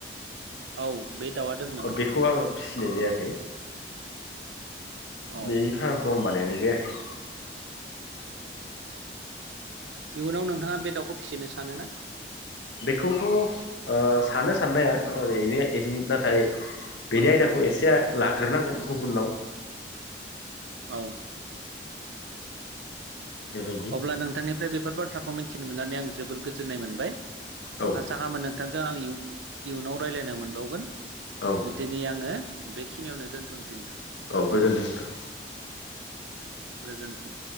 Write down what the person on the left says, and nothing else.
बेखौ
आं फिसिनाय जायाखै
बेनि फार्मखौ आं बानायनाय जायाखै
बेखौथ ओ सानो साननाया ओ इदिनो नाथाय। बेनि आयदाखौ एसे लाग्रोनांगोन गुबुननाव
बेबायदि
औ
औ
औ गोजोन्थों नोंथां